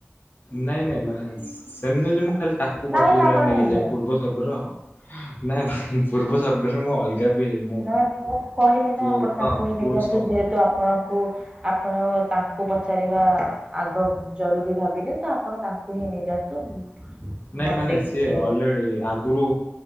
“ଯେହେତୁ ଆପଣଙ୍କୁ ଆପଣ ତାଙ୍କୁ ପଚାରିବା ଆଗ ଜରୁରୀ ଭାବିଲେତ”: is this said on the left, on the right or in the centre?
Right